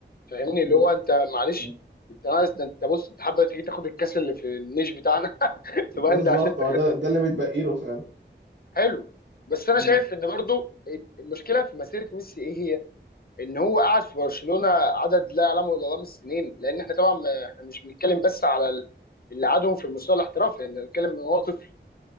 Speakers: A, on the left; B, on the right.
A: فاهمني
B: مم.
A: اللي هو انت معلش
B: مم.
A: انت عايز ده انت بص انت حابب تيجي تاخد الكاس اللي في النيش بتاعنا <laughs> تبقى
B: بالظبط
A: انت عشان انت
B: اه
A: خدت
B: ده ده اللي متبقي له فعلا
A: حلو بس انا
B: مم.
A: شايف ان برضو المشكله في مسيره ميسي ايه هي ان هو قعد في برشلونه عدد لا يعلمه الا الله من السنين لان احنا طبعا ما- احنا مش بنتكلم بس على ال- اللي قعدهم في المستوى الاحترافي احنا بنتكلم ان هو طفل